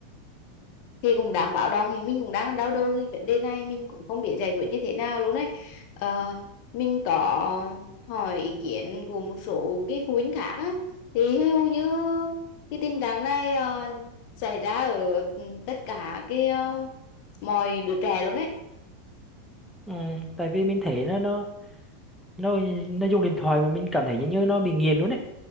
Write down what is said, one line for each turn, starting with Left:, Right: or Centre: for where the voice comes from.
Left: thì cũng đáng báo động thì mình cũng đang đau đầu cái vấn đề này mình cũng không biết giải quyết như thế nào luôn đấy Ờ, mình có hỏi ý kiến của một số cái phụ huynh khác á thì hầu như cái tình trạng này ờ, xảy ra ở ừ, tất cả cái ờ, mọi đứa trẻ luôn đấy
Centre: Ừ, tại vì mình thấy nó nó nó nó dùng điện thoại mà mình cảm thấy như nó bị nghiện luôn đấy.